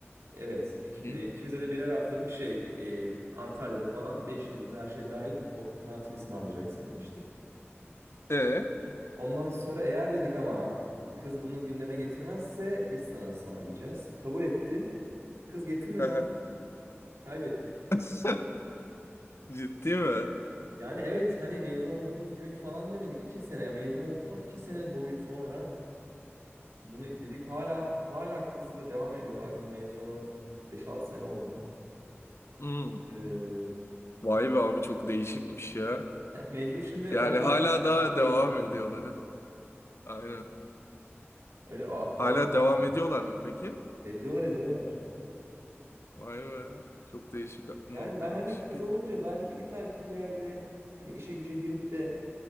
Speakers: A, on the right; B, on the left.
A: evet iki-
B: Hı.
A: e, ikimize de birer haftalık şey e, Antalya'da falan 5 yıldızlı her şey dahil bir o tatil ısmarlayacaksın demiştik.
B: E.
A: Ondan sonra eğer dedik ama kız bunu gündeme getirmezse biz sana ısmarlayacağız. Kabul etti. Kız getirmedi
B: Aha.
A: abi. Kaybettik.
B: <laughs> Ciddi mi?
A: Yani evet hani mezun olduğunuz gün falan demedik. İki sene ya, mezun olduktan iki sene boyu sonra bunu dedik. Hala hala kızla devam ediyorlar. Biz mezun olalı beş altı sene oldu.
B: Hmm.
A: Ee,
B: Vay be abi çok değişikmiş ya.
A: <laughs> mecbur şimdi
B: Yani
A: onlarla
B: hala daha
A: tatile
B: devam
A: gitmem
B: ediyorlar.
A: lazım.
B: ha. Aynen.
A: Öyle o, ak-
B: Hala
A: o aklıma
B: devam
A: geldi.
B: ediyorlar mı peki?
A: Ediyorlar ediyorlar.
B: Vay be. Çok değişik muhabbetmiş.
A: Yani ben hani kız
B: Peki.
A: olunca belki illaki bir yerde hani işe güce girip de